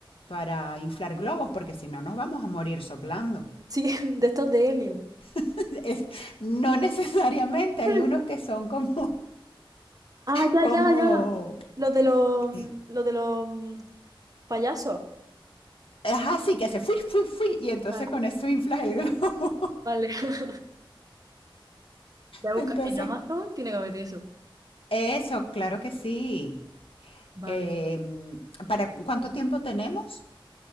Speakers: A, on the left; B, on the right.
A: para inflar globos, porque si no nos vamos a morir soplando.
B: Sí, <laughs> de estos de helio.
A: <laughs> Es, no necesariamente, hay
B: <laughs>
A: unos que son como,
B: Ah, ya,
A: <laughs> como,
B: ya, ya. Los de los, mm,
A: eh,
B: los de los mm, payasos.
A: ajá, sí, que hace fui, fui, fui, y entonces
B: Vale,
A: con eso inflas el globo.
B: vale. <laughs> Voy a
A: <laughs>
B: buscar.
A: Entonces,
B: En Amazon tiene que haber eso.
A: eso, claro que sí.
B: Vale.
A: Eh, ¿Para cuánto tiempo tenemos?